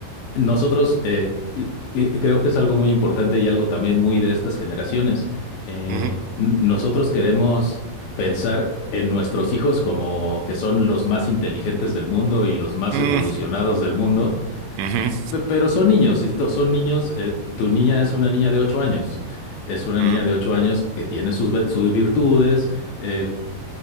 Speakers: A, on the left (about 75°); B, on the right (about 80°).
A: nosotros eh, y- creo que es algo muy importante y algo también muy de estas generaciones. Eh,
B: ujú,
A: n- nosotros queremos pensar en nuestros hijos como que son los más inteligentes del mundo y los más
B: mm,
A: evolucionados del mundo,
B: ujú,
A: pe- pero son niños, y to- son niños, eh, tu niña es una niña de ocho años. Es una
B: ujú,
A: niña de ocho años que tiene sus, ve- sus virtudes, eh,